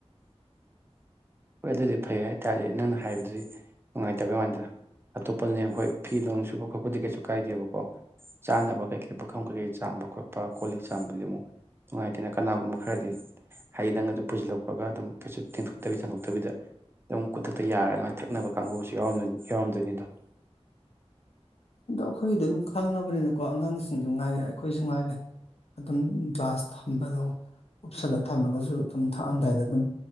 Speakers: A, on the right; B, on the left.
A: ꯍꯣꯏ ꯑꯗꯨꯗꯤ ꯐꯩ ꯍꯥꯏꯇꯥꯔꯗꯤ ꯅꯪꯅ ꯍꯥꯏꯕꯗꯨꯗꯤ ꯅꯨꯡꯉꯥꯏꯇꯕꯩ ꯋꯥꯥꯟꯗꯅ ꯑꯇꯣꯞꯄꯗꯅꯦ ꯈꯣꯏ ꯐꯤ ꯂꯣꯟ ꯁꯨꯕ ꯈꯣꯠꯄ ꯑꯗꯨꯗꯤ ꯀꯩꯁꯨ ꯀꯥꯏꯗꯦꯕꯀꯣ ꯆꯥꯅꯕ ꯀꯩ ꯀꯩ ꯄꯨꯥꯈꯝ ꯀꯩꯀꯩ ꯆꯥꯝꯕ ꯈꯣꯠ ꯂꯄ ꯀꯣꯜ ꯂꯤꯛ ꯆꯥꯝꯕꯗꯨꯗꯤ ꯑꯃꯨꯛ ꯅꯨꯡꯉꯥꯏꯇꯦꯅ ꯀꯅꯥꯒꯨꯝꯕ ꯈꯔꯗꯤ ꯍꯥꯏꯗꯤ ꯅꯪ ꯑꯗꯨꯝ ꯄꯨꯁꯤꯜꯂꯛꯄꯒ ꯑꯗꯨꯝ ꯀꯩꯁꯨ ꯇꯦꯡꯊꯣꯛꯇꯕꯤ ꯊꯣꯛ ꯐꯠꯇꯕꯤꯗ ꯑꯗꯨꯝ ꯈꯨꯗꯛꯇ ꯌꯥꯔꯒ ꯉꯥꯏ ꯊꯛꯅꯕ ꯀꯥꯡꯕꯨ ꯑꯃꯁꯨ ꯌꯥꯎꯝ ꯌꯥꯎꯔꯝꯗꯣꯏꯅꯤꯗꯣ
B: ꯑꯗꯣ ꯑꯩꯈꯣꯏꯒꯤꯗꯤ ꯑꯗꯨꯝ ꯈꯪꯉꯕꯅꯤꯅꯀꯣ ꯑꯉꯥꯡꯁꯤꯡꯁꯨ ꯉꯥꯏꯔꯦ ꯑꯩꯈꯣꯏꯁꯨ ꯉꯥꯏꯔꯦ ꯑꯗꯨꯝ ꯒ꯭ꯂꯥꯁ ꯊꯝꯕꯗꯣ ꯎꯞꯁꯜꯂ ꯊꯝꯃꯒꯁꯨ ꯑꯗꯨꯝ ꯊꯛꯑꯝꯗꯥꯏꯗ ꯑꯗꯨꯝ